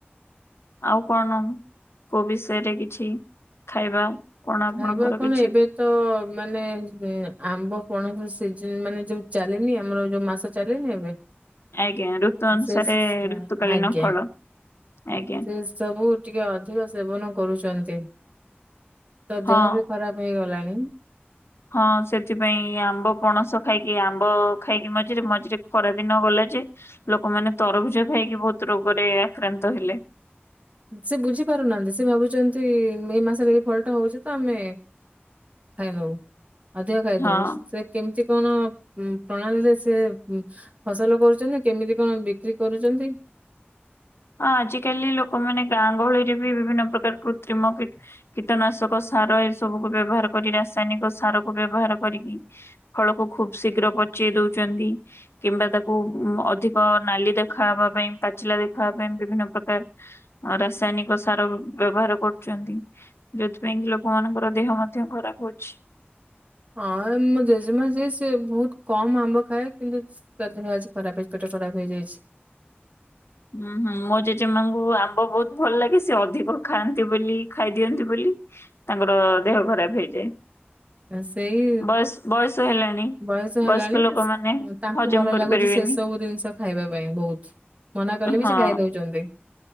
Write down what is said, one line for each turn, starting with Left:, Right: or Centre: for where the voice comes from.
Left: ଆଉ କଣ କୋଉ ବିଷୟରେ କିଛି ଖାଇବା କଣ ଆପଣଙ୍କର
Right: ଖାଇବା କଣ
Left: କିଛି
Right: ଏବେ ତ ମାନେ ଆମ୍ବ ପଣସ ସିଜିନ ମାନେ ଯୋଉ ଚାଲିନି ଆମର ଯୋଉ ମାସ ଚାଲିଲି ଏବେ <unintelligible>
Left: ଆଜ୍ଞା ଋତ ଅନୁସାରେ
Right: ସେ
Left: ଋତୁକାଳୀନ
Right: ଆଜ୍ଞା
Left: ଫଳ ଆଜ୍ଞା
Right: ସେ ସବୁ ଟିକେ ଅଧିକ ସେବନ କରୁଛନ୍ତି ତ
Left: ହଁ।
Right: ଦେହ ବି ଖରାପ ହେଇଗଲାଣି
Left: ହଁ ସେଥିପାଇଁ ଆମ୍ବ ପଣସ ଖାଇକି ଆମ୍ବ ଖାଇକି ମଝିରେ ମଝିରେ ଖରା ଦିନ ଗଲା ଯେ ଲୋକମାନୋନ ତରଭୁଜ ଖାଇକି ବହୁତ ରୋଗରେ ଆକ୍ରାନ୍ତ ହେଲେ
Right: ସେ ବୁଝି ପାରୁନାହାନ୍ତି ସେ ଭାବୁଛନ୍ତି ମେ ମାସରେ ଏଇ ଫଲଟା ହଉଛି ତ ଆମେ ଖାଇ ଦବୁ ଅଧିକ ଖାଇଦବୁ
Left: ହଁ
Right: ସେ କେମିତି କଣ ପ୍ରଣାଳୀରେ ସେ ଫସଲ କରୁଛନ୍ତି କେମିତି କଣ ବିକ୍ରି କରୁଛନ୍ତି
Left: ହଁ ଆଜିକାଲି ଲୋକମାନେ ଗାଁ ଗହଳିରେ ବି ବିଭିନ୍ନ ପ୍ରକାର କୃତ୍ରିମ କୀଟନାଶକ ସାର ଏସବୁକୁ ବ୍ୟବହାର କରି ରାସାୟନିକ ସାର କୁ ବ୍ୟବହାର କରିକି ଫଳକୁ ଖୁବ ଶୀଘ୍ର ପଚେଇ ଦଉଛନ୍ତି କିମ୍ବା ତାକୁ ଅଧିକ ନାଲି ଦେଖାହବା ପାଇଁ ପାଚିଲା ଦେଖାହବା ପାଇଁ ବିଭିନ୍ନ ପ୍ରକାର ଆ ରାସାୟନିକ ସାର ବ୍ୟବହାର କରୁଛନ୍ତି ଯୋଉଥିପାଇଁ କି ଲୋକମାନଙ୍କର ଦେହ ମଧ୍ୟ ଖରାପ ହଉଛି
Right: ହଁ ମୋ ଜେଜେମା ଯିଏ ସେ ବହୁତ କମ୍ ଆମ୍ବ ଖାଏ କିନ୍ତୁ ତା ଦେହ ଆଜି ଖରାପ ହେଇଛି ପେଟ ଖରାପ ହେଇଯାଇଛି
Left: ହୁଁ ହୁଁ ମୋ ଜେଜେମାଙ୍କୁ ଆମ୍ବ ବହୁତ ଭଲ ଲାଗେ ସେ ଅଧିକ ଖାଆନ୍ତି ବୋଲି ଖାଇଦିଅନ୍ତି ବୋଲି ତାଙ୍କର ଦେହ ଖରାପ ହେଇଯାଏ
Right: ସେଇ
Left: ବୟସ ବୟସ ହେଲାଣି
Right: ବୟସ
Left: ବୟସ୍କ
Right: ହେଲାଣି
Left: ଲୋକମାନେ
Right: ତାଙ୍କୁ
Left: ହଜମ
Right: ଭଲ
Left: କରିପାରିବେନି।
Right: ଲାଗୁଛି ସେ ସବୁ ଜିନିଷ ଖାଇବା ପାଇଁ ବହୁତ। ମନା କଲେ ବି
Left: ହଁ
Right: ସେ ଖାଇ ଦଉଛନ୍ତି।